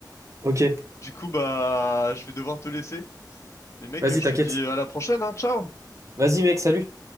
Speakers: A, on the right; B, on the left.
A: ok.
B: Du coup, bah, je vais devoir te laisser. Mais mec,
A: Vas-y,
B: je
A: t'inquiète.
B: te dis à la prochaine, hein, ciao!
A: Vas-y, mec, salut.